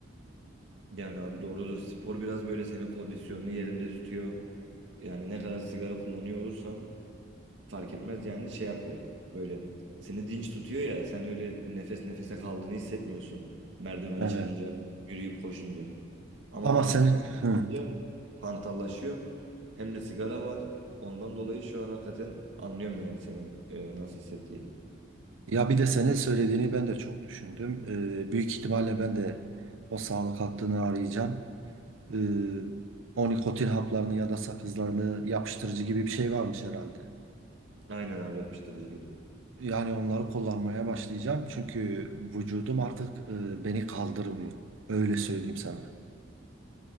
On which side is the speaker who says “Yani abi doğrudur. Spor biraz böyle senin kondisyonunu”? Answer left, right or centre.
Right